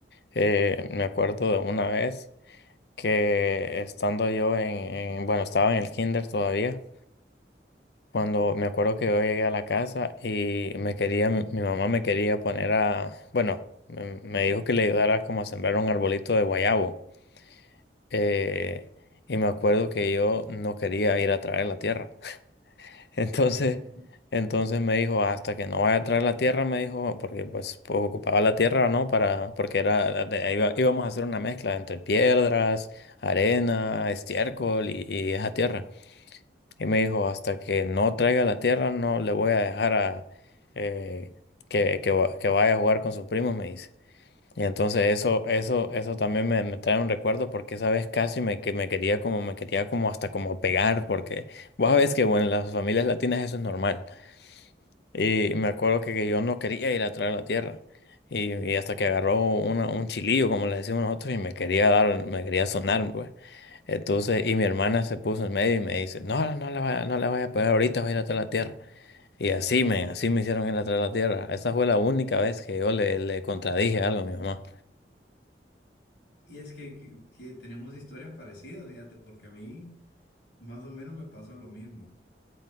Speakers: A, on the left; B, on the left.
A: Eh, me acuerdo de una vez que estando yo en, en- bueno, estaba en el kinder todavía, cuando me acuerdo que yo llegué a la casa y me quería, mi, mi mamá me quería poner a, bueno, me, me dijo que le ayudara como a sembrar un arbolito de guayabo. Eh, y me acuerdo que yo no quería ir a traer la tierra. <laughs> Entonces...
B: <laughs>
A: Entonces me dijo, hasta que no vaya a traer la tierra, me dijo, porque pues, pues, ocupaba la tierra, ¿no? Para, porque era, de- iba- íbamos a hacer una mezcla entre piedras, arena, estiércol y, y esa tierra. Y me dijo, hasta que no traiga la tierra, no le voy a dejar a, eh, que, que, va- que vaya a jugar con sus primos, me dice. Y entonces eso, eso, eso también me, me trae un recuerdo porque esa vez casi me, que me quería como, me quería como hasta como pegar, porque vos sabés que bueno, en las familias latinas eso es normal. Y me acuerdo que, que yo no quería ir atrás de la tierra. Y, y hasta que agarró una- un chilillo, como le decimos nosotros, y me quería dar, me quería sonar, pues. Entonces, y mi hermana se puso en medio y me dice, no, no le vaya, no le vaya a pegar, ahorita va a ir atrás de la tierra. Y así me, así me hicieron ir atrás de la tierra. Esa fue la única vez que yo le, le contradije algo a mi mamá.
B: Y es que, que, que tenemos historias parecidas, fíjate, porque a mí más o menos me pasó lo mismo.